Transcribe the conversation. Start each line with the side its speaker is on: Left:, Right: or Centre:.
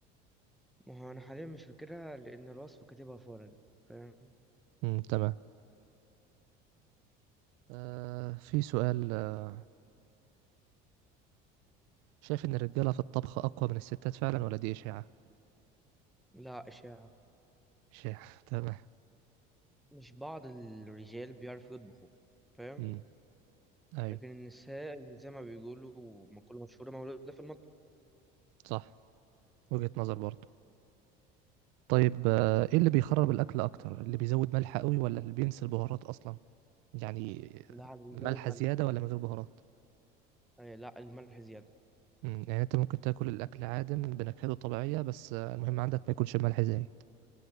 Centre: ما هو أنا حاليا مش فاكرها لأن الوصفة كاتبها في ورقة فاهم
Right: مم. تمام آه في سؤال آه، شايف ان الرجالة في الطبخ أقوى من الستات فعلا ولا دي إشاعة؟
Centre: لا إشاعة
Right: إشاعة <laughs> تمام
Centre: مش بعض الرجال بيعرفوا يطبخوا فاهم
Right: مم. أيوه
Centre: لكن النساء زي ما بيقولوا مقولة مشهورة مولودة في المطبخ
Right: صح وجهة نظر برضه طيب آه، ايه اللي بيخرب الاكل اكتر اللي بيزود ملح قوي ولا اللي بينسى البهارات اصلا يعني
Centre: لا
Right: آه،
Centre: اللي
Right: ملح
Centre: بيزود ملح
Right: زيادة ولا من غير بهارات
Centre: آه لا الملح زيادة
Right: مم، يعني انت ممكن تاكل الاكل عادم بنكهته طبيعية بس آه، المهم عندك ما يكونش ملح زايد